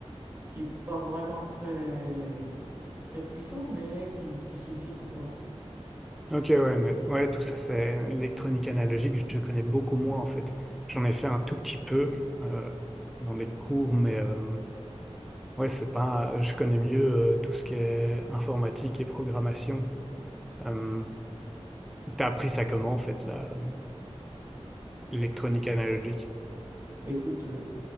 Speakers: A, on the right; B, in the centre.
A: qui est pas vraiment très, très puissant, mais qui, qui suffit pour commencer.
B: Ok, ouais, mais ouais, tout ça, c'est électronique analogique. Je connais beaucoup moins en fait. J'en ai fait un tout petit peu euh, dans des cours, mais euh, ouais, c'est pas. Je connais mieux euh, tout ce qui est informatique et programmation. Euh, t'as appris ça comment en fait là? Électronique analogique.
A: Bah, écoute, euh,